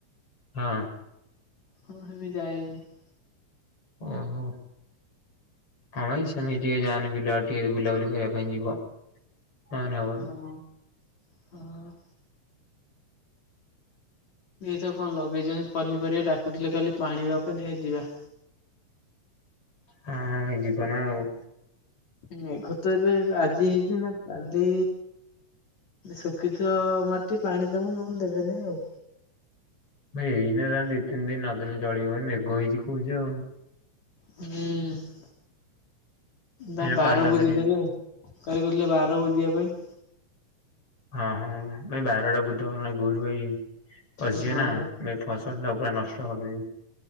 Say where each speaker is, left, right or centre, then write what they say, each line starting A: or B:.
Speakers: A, on the left; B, on the left.
A: ହଁ।
B: ହଁ ସେ ଯାଇନି <unintelligible>
A: ଓ ହୋ। ହଁ ଏଇ ସେମିତି ଟିକେ ଜାନି ବିଲ ଆଡେ ଟିକେ ବୁଲା ବୁଲି କରିବା ପାଇଁ ଯିବ। ହବନି ହବନି।
B: ହଁ ହଁ। ତ କଣ ଲଗେଇଚନ୍ତି ପନିପରିବା ଡ଼ାକୁ ଥିଲେ କାଲି ପାଣି ଦେବା ପାଇଁ ଧେ ଯିବା।
A: ହଁ ଏଇ ଯିବ ନା ଆଉ।
B: ମେଘତ ଏବେ ଆଜି ହେଇଛି ନା। କାଲି ଶୁଖିଥିବ ମାଟି ପାଣି ଦବୁ ନହଲେ ଦେବେନି ଆଉ।
A: ଏଇନା ଦି ତିନି ଦିନ ନଦେନେ ଚଳିବ ମେଘ ହେଇଛି କହୁଛ ଆଉ।
B: ହୁଁ ନାଁ
A: ଏଇନା
B: ବାର
A: ପାଣି ନଦେଲେ
B: ବୁଜିଦେବେ ଆଉ କକାବି କହୁଥିଲେ ବାର ବୁଜିବା ପାଇଁ।
A: ହଁ ହଁ ନାଇଁ ବାରଟା ବୁଜିଦବ ନା ନାଇଁ ଗୋରୁ ଗାଈ। ପଶଯିବ
B: ହଁ
A: ନାଁ ଏ ଫସଲ ଟା ପୁରା ନଷ୍ଟ କରିଦେବି।